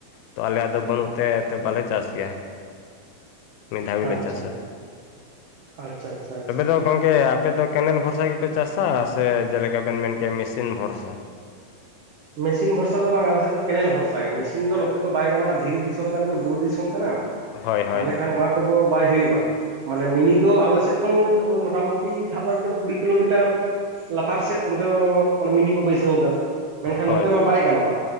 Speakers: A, on the left; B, on the right.
A: ᱛᱚ ᱟᱞᱮᱭᱟᱜ ᱫᱚ ᱵᱟᱹᱱᱩᱜᱛᱮ ᱮᱱᱛᱮ ᱵᱟᱞᱮ ᱪᱟᱥ ᱜᱮᱭᱟ ᱢᱤᱫ ᱰᱷᱟᱣ ᱜᱮᱞᱮ
B: ᱟᱪᱪᱷᱟ
A: ᱪᱟᱥᱟ,
B: ᱟᱪᱪᱷᱟ ᱟᱪᱪᱷᱟ ᱟᱪᱪᱷᱟ
A: ᱛᱚᱵᱮ ᱫᱚ ᱜᱚᱢᱠᱮ ᱟ ᱟᱯᱮᱫᱚ ᱠᱮᱱᱮᱞ ᱵᱷᱚᱨᱥᱟ ᱜᱮᱯᱮ ᱪᱟᱥᱟ ᱥᱮ ᱡᱮᱞᱮᱠᱟ ᱵᱮᱱ ᱢᱮᱱ ᱠᱮᱭᱟ ᱢᱮᱥᱤᱱ ᱵᱷᱚᱨᱥᱟ
B: ᱢᱤᱥᱤᱱ ᱵᱷᱚᱨᱥᱟ ᱫᱚ ᱵᱟᱝ ᱟᱞᱮᱥᱮᱫ ᱫᱚ ᱠᱮᱱᱮᱞ ᱵᱷᱚᱨᱥᱟ ᱜᱮ ᱢᱤᱥᱤᱱ ᱫᱚ ᱱᱚ ᱛᱚ ᱵᱟᱭ ᱜᱟᱱᱚᱜᱼᱟ ᱫᱷᱤᱨᱤ ᱫᱤᱥᱚᱢ ᱠᱟᱱᱟ ᱛᱚ ᱵᱩᱨᱩ ᱫᱤᱥᱚᱢ ᱠᱟᱱᱟ
A: ᱦᱳᱭ ᱦᱳᱭ
B: ᱛᱟᱦᱚᱞᱮ ᱠᱷᱟᱱ ᱚᱱᱟ ᱠᱚᱫᱚ ᱵᱟᱭ ᱦᱩᱭᱩᱜᱼᱟ ᱢᱟᱱᱮ ᱢᱤᱱᱤ ᱫᱚ ᱟᱞᱮ ᱥᱮᱫ ᱠᱷᱚᱱ ᱳᱭ ᱢᱚᱴᱟᱢᱩᱴᱤ ᱥᱟᱵ ᱠᱟᱜ ᱵᱮᱱ ᱠᱩᱲᱤ ᱠᱤᱞᱳᱢᱤᱴᱟᱨ ᱞᱟᱛᱟᱨ ᱥᱮᱫ ᱚᱱᱛᱮ ᱫᱚ ᱚᱱ ᱢᱤᱱᱤ ᱠᱚ ᱵᱟᱹᱭᱥᱟᱹᱣ ᱟᱠᱟᱫᱟ ᱢᱮᱱᱠᱷᱟᱱ
A: ᱦᱳᱭ
B: ᱱᱚᱛᱮ ᱢᱟ ᱵᱟᱭ ᱜᱟᱱᱚᱜᱼᱟ